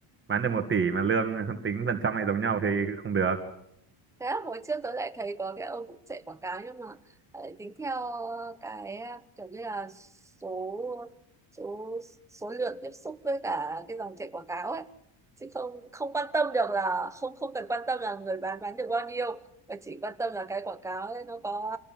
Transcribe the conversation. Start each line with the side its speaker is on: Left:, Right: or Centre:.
Right: bán được một tỷ mà lương <laughs> tính phần trăm lại giống nhau thì không được
Centre: Thế là hồi trước tôi lại thấy có cái ông cũng chạy quảng cáo nhưng mà lại tính theo cái kiểu như là số số số lượng tiếp xúc với cả cái dòng chạy quảng cáo ấy chứ không không quan tâm được là không không cần quan tâm là người bán bán được bao nhiêu mà chỉ quan tâm là cái quảng cáo ấy nó có